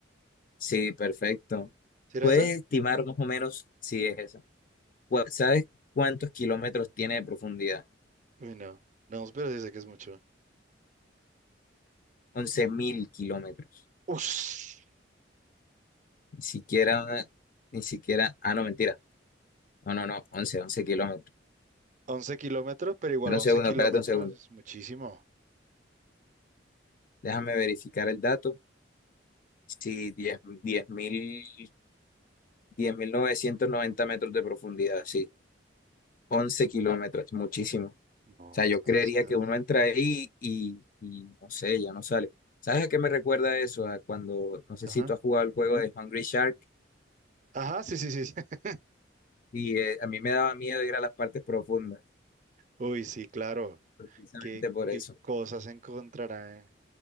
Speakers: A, on the left; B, on the right.
A: Sí, perfecto.
B: ¿Será
A: ¿Puedes
B: esa?
A: estimar más o menos si es esa? Cu- ¿Sabes cuántos kilómetros tiene de profundidad?
B: Uy, no. No, pero sí sé que es mucho.
A: once mil kilómetros.
B: Ush,
A: Ni siquiera, ni siquiera, ah, no, mentira. No, no, no, once once kilómetros.
B: 11 kilómetros, pero igual
A: Espera
B: 11
A: un segundo,
B: kilómetros
A: espérate un segundo.
B: es muchísimo.
A: Déjame verificar el dato. Sí, diez diez diez mil diez mil novecientos noventa metros de profundidad, sí. once kilómetros, es muchísimo. O
B: No,
A: sea,
B: demasiado.
A: yo creería que uno entra ahí y, y no sé, ya no sale. ¿Sabes a qué me recuerda eso? A cuando, no sé
B: Ajá.
A: si tú has jugado el juego de Hungry Shark
B: Ajá, sí, sí, sí. sí. <laughs>
A: y eh, a mí me daba miedo ir a las partes profundas,
B: Uy, sí, claro.
A: precisamente
B: ¿Qué,
A: por
B: qué
A: eso.
B: cosas encontrará